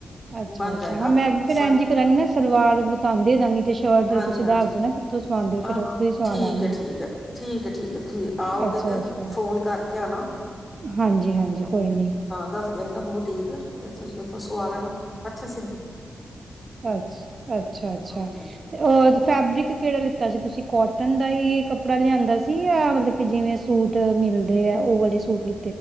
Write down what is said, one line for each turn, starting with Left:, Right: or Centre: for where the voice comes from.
Right: ਅੱਛਾ-ਅੱਛਾ
Left: ਬਣ ਜਾਏਗਾ
Right: ਹਾਂ ਮੈਂ ਵੀ
Left: ਜਿਸ
Right: ਫੇਰ
Left: ਤਰ੍ਹਾਂ
Right: ਐਂਝ ਈ ਕਰਾਂਗੀ ਨਾ ਸਲਵਾਰ ਤੁਆਨੂ ਦੇ ਦਾਂਗੀ ਤੇ ਸ਼ਰਟ ਦਾ
Left: ਹਾਂਜੀ
Right: ਤੁਸੀਂ
Left: ਹਾਂਜੀ
Right: ਦੱਸ ਦੇਨਾ ਕਿਥੋ ਸਵਾਨਦੇ ੳ
Left: ਹਾਂ
Right: ਫੇਰ
Left: ਹਾਂ
Right: ੳਥੋ ਈ ਸਵਾ
Left: ਠੀਕ
Right: ਲਾਂਗੀ।
Left: ਹੈ ਠੀਕ ਹੈ ਠੀਕ ਏ ਠੀਕ ਏ, ਤੁਸੀਂ ਆਓਗੇ
Right: ਅੱਛਾ-ਅੱਛਾ,
Left: ਤੇ ਫੋਨ ਕਰਕੇ ਆਨਾ।
Right: ਹਾਂਜੀ-ਹਾਂਜੀ ਕੋਈ ਨੀ।
Left: ਦੱਸ ਦਿਆਂਗੀ ਤੁਆਨੂੰ ਵੁਟੀਕ, ਤੇ ਤੁਸੀਂ ਉੱਥੋਂ ਸਵਾ ਲੈਨਾ ਅੱਛਾ ਸੀ
Right: ਅੱਛ, ਅੱਛਾ-ਅੱਛਾ
Left: ਹਾਂਜੀ
Right: ਤੇ ਅ ਫੈਬਰਿਕ ਕੇੜਾ ਲਿੱਤਾ ਸੀ, ਤੁਸੀਂ ਕੋਟਨ ਦਾ ਈ ਕੱਪੜਾ ਲਿਆਂਦਾ ਸੀ ਜਾਂ ਮਤਲਬ ਕਿ ਜਿਵੇਂ ਸੂਟ ਮਿਲਦੇ ਐ ਉ ਵਾਲੇ ਸੂਟ ਲਿ